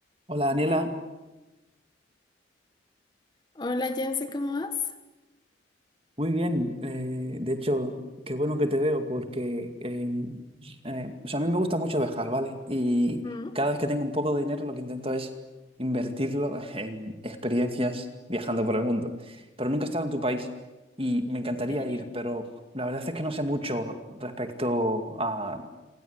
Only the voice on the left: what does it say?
Hola Jense, ¿cómo vas?
Ujú.
¿En serio?